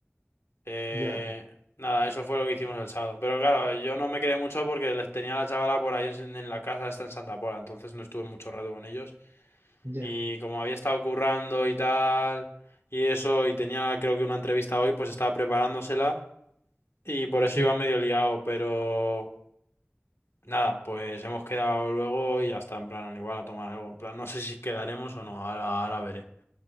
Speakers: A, on the left (about 80°); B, on the right (about 80°).
A: Eh,
B: ya,
A: nada, eso fue lo que hicimos el sábado. Pero claro, yo no me quedé mucho porque les tenía a la chavala por ahí en, en la casa, está en Santa Pola, entonces no estuve mucho rato con ellos.
B: ya,
A: Y como había estado currando y tal, y eso, y tenía creo que una entrevista hoy, pues estaba preparándosela y por eso
B: sí,
A: iba medio liado, pero... Nada, pues hemos quedado luego y ya está, en plan, igual a tomar algo, en plan, no sé si quedaremos o no, ahora, ahora veré.